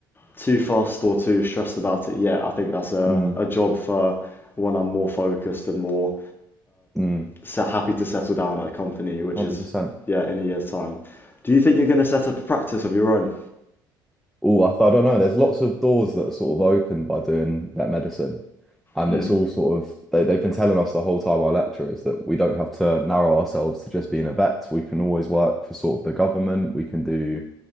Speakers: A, on the left (about 20°); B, in the centre.
A: too fussed or too stressed about it yet. I think that's a
B: Mm.
A: a job for when I'm more focused and more
B: Mm.
A: set, happy to settle down at a company, which
B: 100%.
A: is yeah, in a year's time. Do you think you're going to set up a practice of your own?
B: Oh, I, th- I don't know. There's lots of doors that are sort of opened by doing that medicine. And
A: Mm,
B: it's all sort of, they, they've been telling us the whole time, our lecturers, that we don't have to narrow ourselves to just being a vet. We can always work for sort of the government. We can do